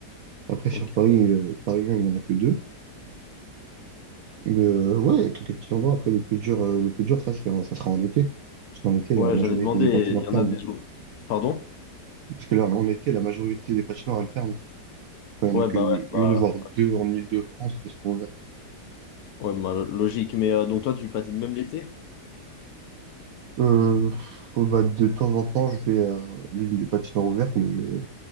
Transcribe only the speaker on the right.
Après, sur
Paris, euh, Paris même, il y en a que deux. Mais euh, ouais, il y a quelques petits endroits. Après, le plus dur, euh, le plus dur, ça, c'est en- ça sera en été. Parce qu'en été, la
majorité
des patinoires
ferment.
Parce que là, en été, la majorité des patinoires, elles ferment. Enfin, il
n'y en a qu'une,
voire deux en Île-de-France qui sont ouvertes.
Euh, faut- bah, de temps en temps, je vais à l'une des patinoires ouvertes, mais je-